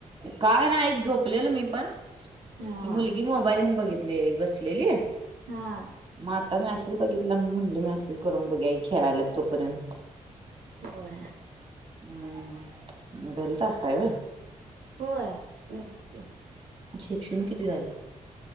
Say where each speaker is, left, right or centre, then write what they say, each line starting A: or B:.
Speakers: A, on the right (about 35°); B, on the right (about 70°).
A: काय नाही झोपलेलो मी पण,
B: हां,
A: ती मुलगी मोबाईल घेऊन बघितले, एक बसलेली
B: हा
A: मग आता मॅसेज बघितला, मी म्हटल मॅसेज करून बघूया ही खेळालेत तोपर्यंत
B: व्हय
A: हम्म, घरीच असताय व्हय?
B: होय, घरीेच की
A: शिक्षण किती झालय?